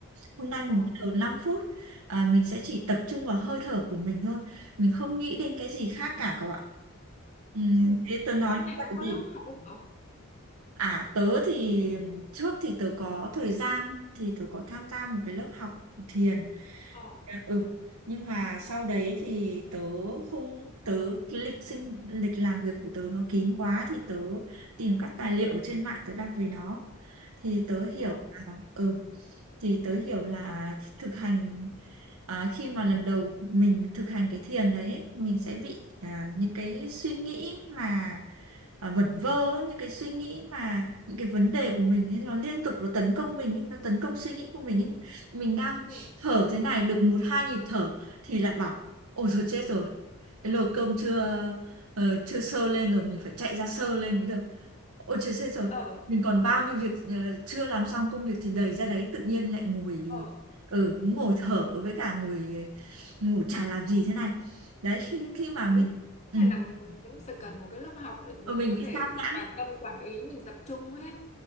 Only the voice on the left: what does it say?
ồ
ừ
Ủa, cái
này
nó có
lớp học không cậu?
Ờ.
Ờ,
đúng
rồi.
Ừ.
Ờ,
đúng
rồi.
Ờ,
đấy.
Cái này là thế mới phải cần một cái lớp học để mình
có
thể
toàn
tâm toàn ý mình tập trung ấy.